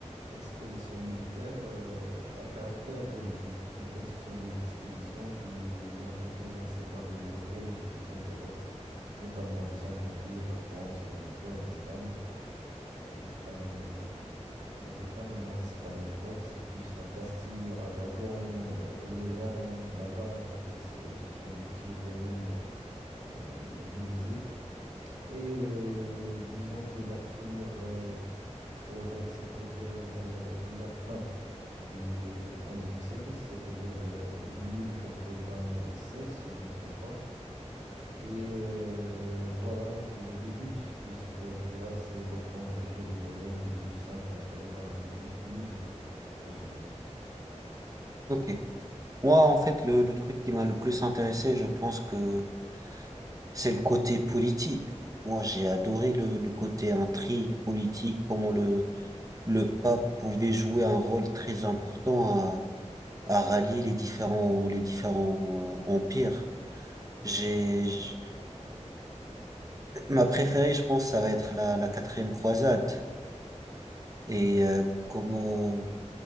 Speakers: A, on the right; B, on the right.
A: expéditions militaires euh, à caractère religieux. En fait, ce sont des expéditions qui ont été lancées par les royaumes chrétiens d'Europe, notamment le Saint-Empire, la France, l'Angleterre, l'Espagne. Bon, l'Espagne, euh, il n'y avait pas le nom Espagne à l'époque, c'est plus la Castille, Aragon, euh, Léon, Navarre. En fait, c'est- ce sont des petits royaumes euh, euh, divisés et euh, disons que la première euh, croisade, c'était vers euh, la fin du euh, 11 siècle, c'était vers euh, 1096, si je ne me trompe pas. Et euh, voilà, donc le, le but de ces croisades-là, c'est reprendre Jérusalem et les lieux saints contrôlés par les hum- musulmans, grosso modo.
B: Ok. Moi, en fait, le, le truc qui m'a le plus intéressé, je pense que c'est le côté politique. Moi, j'ai adoré le, le côté intrigue politique, comment le, le pape pouvait jouer un rôle très important à, à rallier les différents, les différents euh, empires. J'ai, j'- ma préférée, je pense, ça va être la, la quatrième croisade. et euh, comment